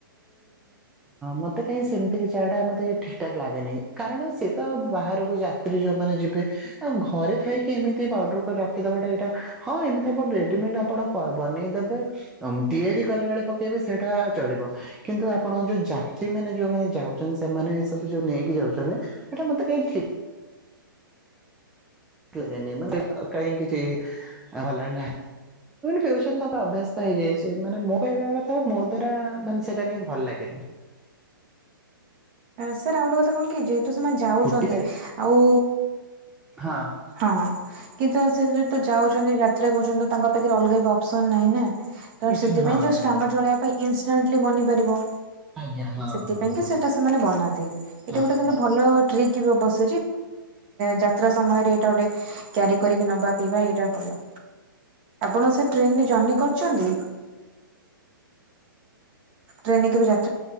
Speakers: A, in the centre; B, on the right.
A: ମତେ କାହିଁ ସେମିତିକ ଚାହା ଟା ମତେ ଠିକଠାକ୍ ଲାଗେନି କାରଣ ସିଏ ତ ବାହାରକୁ ଯାତ୍ରୀ ଯୋଉମାନେ ଯିବେ ଆଉ ଘରେ ଥାଇକି ଏମିତି ପାଉଡର କରି ରଖିଦବାଟା ଏଇଟା ରେଡିମେଡ ଆପଣ ବନେଇଦେବେ ତିଆରି କଲା ବେଳେ ପକେଇବେ ସେଇଟା ଚଳିବ କିନ୍ତୁ ଆପଣ ଯୋଉ ଯାତ୍ରୀ ମାନେ ଯୋଉମାନେ ଯାଉଛନ୍ତି ସେମାନେ ଏ ସବୁ ଯୋଉ ନେଇକି ଯାଉଛନ୍ତି ସେଇଟା ମତେ ଏଟି <inaudible> <inaudible> <unintelligible> ଭଲ ନାଗେନି ଯୋଉମାନେ ପିଉଛନ୍ତି ତାଙ୍କର ଅଭ୍ୟସ୍ତ ହେଇଯାଇଛି ମାନେ ମୁଁ କହିବା କଥା। ମୋ ଦ୍ଵାରା ମାନେ ସେଟା କେ ଭଲ ଲାଗେନି।
B: ସାର୍ ଆଉ ଗୋଟେ କଥା କଣ କି ଯେହେତୁ ସେମାନେ ଯାଉଛନ୍ତି
A: ଫୁଟି
B: ଆଉ।
A: ହଁ
B: ହଁ କିନ୍ତୁ ସେ ଯହେତୁ ଯାଉଛନ୍ତି ଯାତ୍ରା କରୁଛନ୍ତି ତ ତାଙ୍କ ପାଖରେ ଅଲଗା ବି ଅପସନ ନାଇଁ ନା। ତ
A: କିଛି
B: ସେଥିପାଇଁ
A: ହଁ
B: ଯୋ
A: ନାହିଁ
B: ଷ୍ଟାମଚ ଭଳିଆବ ପାଇଁ ଇନଷ୍ଟାଣ୍ଟଲି ବନିପାରିବ।
A: ଆଜ୍ଞା ହଁ
B: ସେଥିପାଇଁକି
A: ହଁ ହଁ
B: ସେଟା ସେମାନେ ବନାନ୍ତି ଏଇଟା
A: ହଁ
B: ଗୋଟେ କି
A: ହଁ
B: ଭଲ ଟ୍ରିକ୍ ବିବସ୍। ଯେ ଯାତ୍ରା ସମୟରେ ଏଇଟା ଗୋଟେ କ୍ୟାରି କରିକି ନବା ପିଇବା ଏଇଟା ଭଲ। ଆପଣ ସେ ଟ୍ରେନରେ ଜର୍ଣ୍ଣି କରିଛନ୍ତି। ଟ୍ରେନ କେବେ ଯା